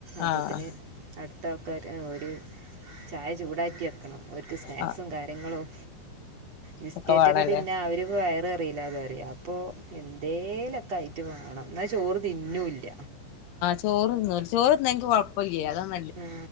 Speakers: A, on the right; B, on the left.
A: അപ്പോത്തിന്.
B: ആഹ്
A: അടുത്ത ആൾക്കാര്. ഓര് ചായ ചൂടാക്കി വെക്കണം ഓര്ക്ക്‌ സ്നാക്സും
B: ആഹ്
A: കാര്യങ്ങളും. ബിസ്ക്കറ്റൊക്കെ
B: ഒക്കെ വേണല്ലേ
A: തിന്നാ അവര് വയറ് നെറയില്ല പറയും. അപ്പൊ എന്തേലൊക്കെ ആയിട്ട് വേണം എന്നാ ചോറ് തിന്നുല്ല.
B: ചോറ് തിന്നുല ചോറ്ന്നാ ഇന്കി കുഴപ്പമില്ല അതാണ്.
A: ആ